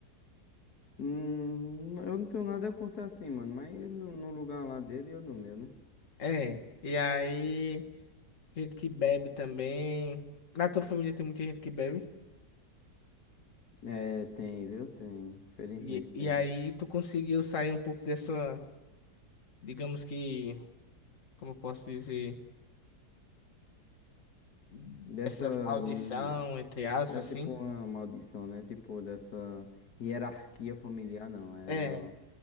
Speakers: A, on the left; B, on the left.
A: Hum, eu não tenho nada contra assim, mano, mas ele no no lugar lá dele e eu no meu, né?
B: É, e aí, gente que bebe também. Na tua família tem muita gente que bebe?
A: É, tem, viu? Tem, infelizmente
B: E,
A: tem.
B: e aí tu conseguiu sair um pouco dessa, digamos que, como eu posso dizer, dessa
A: Dessa,
B: maldição,
A: l-
B: entre aspas,
A: é tipo
B: assim.
A: uma maldição, né? Tipo, dessa hierarquia familiar, não, é
B: É,
A: uma,